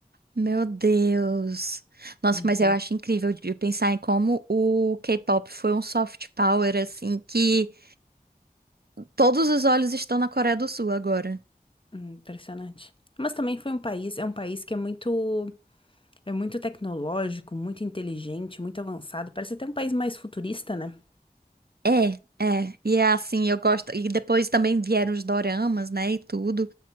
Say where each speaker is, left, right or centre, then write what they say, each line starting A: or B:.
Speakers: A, on the right; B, on the left.
A: Meu Deus. Nossa,
B: Muito
A: mas
B: bom.
A: eu acho incrível de pensar em como o K-pop foi um soft power, assim, que todos os olhos estão na Coreia do Sul agora.
B: Hum, Impressionante. Mas também foi um país, é um país que é muito, é muito tecnológico, muito inteligente, muito avançado. Parece até um país mais futurista, né?
A: É, é. E é assim, eu gosto. E depois também vieram os doramas, né, e tudo.